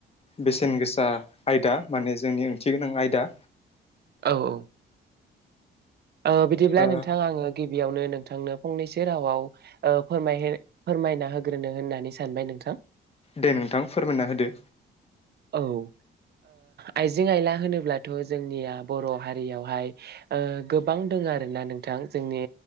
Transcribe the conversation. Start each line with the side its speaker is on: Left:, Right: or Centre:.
Left: बेसेन गोसा आयदा माने जोंनि ओंथि गोनां आयदा
Right: औ औ ओ बिदिब्ला
Left: ओ
Right: नोंथाङा आङो गि बियावनो नोंथांनो फंनैसो रावाव ओ फोर फोरमायना होग्रोनो होननानै सानबाय नोंथां
Left: दे नोंथां फोरमायना होदो
Right: औ ओ आइजें आइला होनोब्लाथ' जोंनिया बर' हारियावहाय ओ गोबां दंङो आरोना नोंथां जोंनि